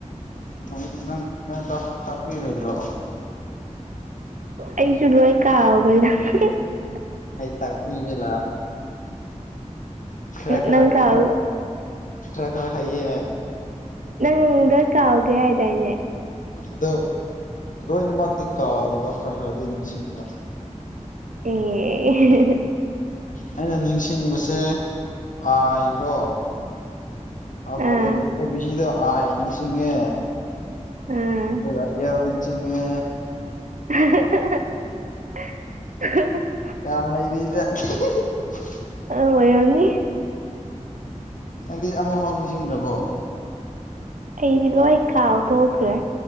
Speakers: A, on the left; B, on the right.
A: ꯅꯪ ꯅꯪ ꯅꯪ ꯇꯥꯛ ꯇꯥꯛꯄꯤ ꯔꯣꯏꯗꯔꯣ
B: ꯑꯩꯁꯨ ꯂꯣꯏ ꯀꯥꯎꯒꯔ꯭ꯦꯗ ꯍꯨꯝ ꯍꯨꯝ
A: ꯑꯩ ꯇꯥꯛꯄꯤꯒꯦ ꯂꯥ ꯈꯔꯥ ꯈꯔꯥ
B: ꯅꯪ ꯀꯥꯎ
A: ꯈꯔ ꯈꯔ ꯈꯔꯥ ꯍꯩꯌꯦ
B: ꯅꯪ ꯗꯔꯀꯥꯎꯒꯦ ꯍꯥꯏꯗꯥꯏꯅꯦ
A: ꯑꯗꯣ ꯂꯣꯏꯅꯃꯛꯇꯤ ꯀꯥꯎꯗꯕ ꯈꯔ ꯈꯔꯗꯤ ꯅꯤꯡꯁꯤꯡꯕ
B: ꯑꯦ ꯍꯦꯍꯦ
A: ꯑꯩꯅ ꯅꯤꯡꯁꯤꯡꯕꯁꯦ ꯑꯥꯏꯒꯣ ꯑꯜꯐꯥꯕꯦꯠ
B: ꯑꯥ
A: ꯂꯦꯇꯔ ꯕꯤꯁꯤꯗꯣ ꯑꯥꯏ ꯅꯤꯡꯁꯤꯡꯉꯦ
B: ꯑꯥ
A: ꯑꯗꯨ ꯑꯜ ꯅꯤꯡꯁꯤꯡꯉꯦ
B: <unintelligible>
A: ꯌꯥꯝ ꯂꯩꯔꯤꯗ ꯏꯍꯤ ꯍꯤꯍꯤ
B: ꯑ ꯑꯣꯏꯔꯝꯅꯤ
A: ꯑꯍꯥ ꯑꯗꯤ ꯑꯃꯐꯥꯎ ꯅꯤꯡꯁꯤꯡꯗꯔꯕꯣ
B: ꯑꯩꯗꯤ ꯂꯣꯏ ꯀꯥꯎꯊꯣꯛꯈ꯭ꯔꯦ